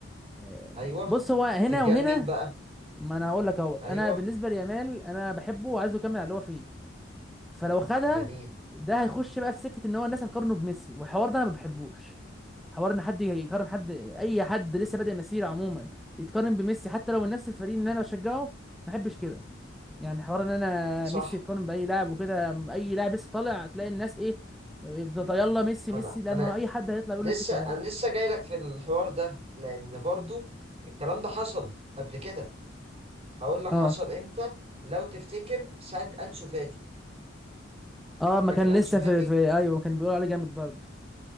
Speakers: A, in the centre; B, on the right.
A: آه،
B: ايوه
A: بص هو هنا
B: تديها
A: وهنا
B: لمين بقى
A: ما انا هقول لك اهوت
B: ايوه
A: انا بالنسبه ليامال انا بحبه وعايزه يكمل على اللي هو فيه فلو خدها
B: جميل
A: ده هيخش بقى في سكه ان هو الناس هتقارنه بميسي والحوار ده انا ما بحبوش حوار ان حد يقارن حد اي حد لسه بادئ مسيره عموما يتقارن بميسي حتى لو من نفس الفريق اللي انا بشجعه ما بحبش كده يعني حوار ان انا
B: صح
A: ميسي يتقارن باي لاعب وكده اي لاعب لسه طالع تلاقي الناس ايه بتطيلا ميسي ميسي
B: انا
A: لما
B: انا
A: اي حد هيطلع يقول
B: لسه
A: نفس الكلام
B: انا لسه جاي لك في الحوار ده لان برضو
A: مم.
B: الكلام ده حصل قبل كده هقول لك
A: اه
B: حصل امتى لو تفتكر ساعه انسو فاتي
A: اه ما
B: فاكر
A: كان لسه
B: انسو فاتي
A: في, في ايوه ما كان بيقول عليه جامد برضه